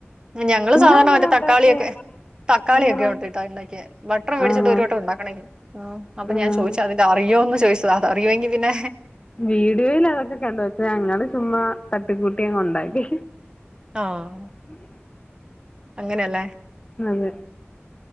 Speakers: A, on the right (about 20°); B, on the left (about 25°).
A: ഞങ്ങള്
B: നിങ്ങളെങ്ങനെ
A: സാധാരണ മറ്റേ
B: ഉണ്ടാക്കിയേ
A: തക്കാളിയൊക്കെ തക്കാളിയൊഒക്കെ
B: എങ്ങനെ
A: ഇട്ടിട്ടാ ഇണ്ടാക്ക്യെ. വ ഭട്ടണം മേടിച്ചിട്ട്
B: ആഹ്
A: ഒരു വട്ടം ഉണ്ടാക്കണെങ്കി ആഹ് അപ്പ
B: ആഹ്
A: ഞാൻ ചോദിച്ചാ അത് അറിയോന്ന് ചോദിച്ചതാ. അത അറിയൊങ്കി പിന്നെ
B: വീഡിയോയിൽ അതൊക്കെ കണ്ടു. ഷെ ഞങ്ങള് ചുമ്മാ തട്ടിക്കൂട്ടി അങ് ഉണ്ടാക്കി.
A: ആഹ്
B: ഉം
A: അങ്ങെനെലെ
B: അതെ